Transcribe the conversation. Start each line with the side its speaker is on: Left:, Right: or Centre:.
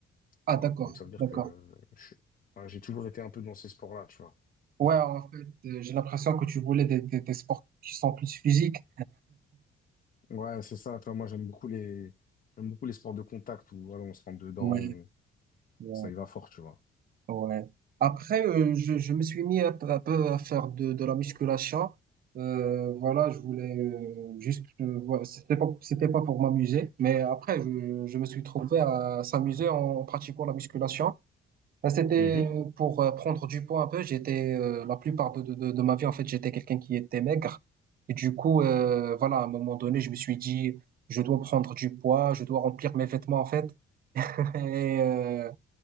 Right: Ah
Left: Voilà.
Right: d'accord,
Left: Donc, ça veut dire
Right: d'accord.
Left: que euh, je suis- ouais, j'ai toujours été un peu dans ces sports-là, tu vois.
Right: Ouais, en fait, euh, j'ai l'impression que tu voulais des, des, des sports qui sont plus physiques.
Left: Ouais, c'est ça. Toi, moi, j'aime beaucoup les, j'aime beaucoup les sports de contact où voilà, on se rentre dedans.
Right: Ouais, ouais.
Left: ça y va fort, tu vois.
Right: Ouais. Après, euh, je, je me suis mis un peu, un peu à faire de, de la musculation. Euh, voilà, je voulais euh, juste, euh, voilà, c'était pas, c'était pas pour m'amuser, mais après, je, je me suis trouvé à s'amuser en pratiquant la musculation. Euh, C'était
Left: Mhm.
Right: pour euh, prendre du poids un peu. J'étais, euh, la plupart de, de, de de ma vie, en fait, j'étais quelqu'un qui était maigre. Et du coup, euh, voilà, à un moment donné, je me suis dit, je dois prendre du poids, je dois remplir mes vêtements, en fait. <laughs> Et, euh,